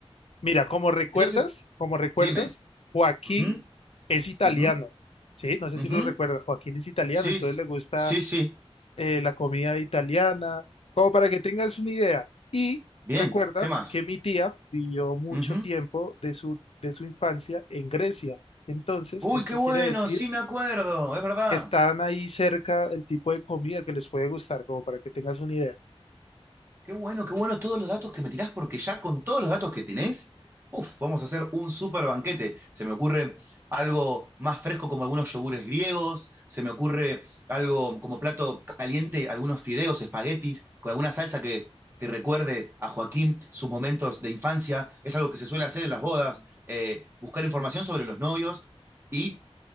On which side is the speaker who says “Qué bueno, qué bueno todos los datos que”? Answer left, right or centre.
Right